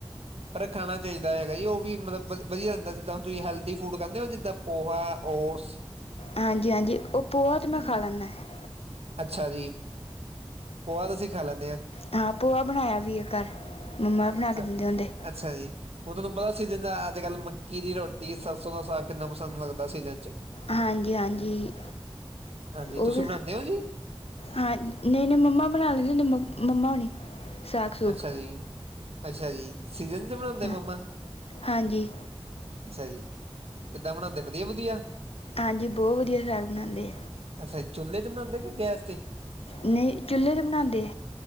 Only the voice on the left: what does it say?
ਹਾਂਜੀ, ਹਾਂਜੀ ਉਹ ਪੋਹਾ ਤਾਂ
ਮੈਂ ਖਾ ਲੈਂਦਾ ਹੈ।
ਹਾਂ ਪੋਹਾ ਬਣਾਇਆ ਵੀ ਘਰ ਮੰਮਾ ਵੀ ਬਣਾ ਕੇ
ਦਿੰਦੇ ਹੁੰਦੇ।
ਹਾਂਜੀ ਹਾਂਜੀ
ਉਹ
ਵੀ
ਹਾਂ ਨਹੀਂ -ਨਹੀਂ ਮੰਮਾ ਬਣਾ ਲੈਂਦੇ ਹੁੰਦੇ ਮੰਮਾ ਹੋਣੀ ਸਾਗ ਸੂਗ
ਹਾਂ,
ਹਾਂਜੀ
ਹਾਂਜੀ, ਬਹੁਤ ਵਧੀਆ ਸਾਗ ਬਣਾਉਂਦੇ।
ਨਹੀਂ ਚੁੱਲ੍ਹੇ ਤੇ ਬਣਾਉਦੇ